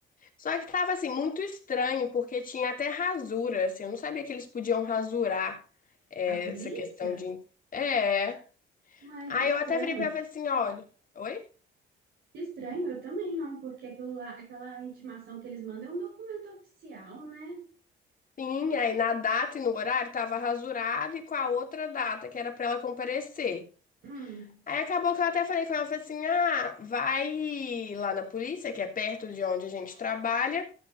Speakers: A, on the left; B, on the right.
A: Só que tava, assim, muito estranho, porque tinha até rasura, assim, eu não sabia que eles podiam rasurar é,
B: A polícia?
A: essa questão de... É.
B: Ué,
A: Aí
B: que estranho.
A: eu até virei pra ela e falei assim, olha... Oi?
B: Que estranho, eu também não, porque aquilo lá, aquela intimação que eles mandam é um documento oficial, né?
A: Sim, aí na data e no horário tava rasurado e com a outra data que era pra ela comparecer.
B: Hum,
A: Aí acabou que eu até falei com ela, falei assim, ah, vai lá na polícia, que é perto de onde a gente trabalha,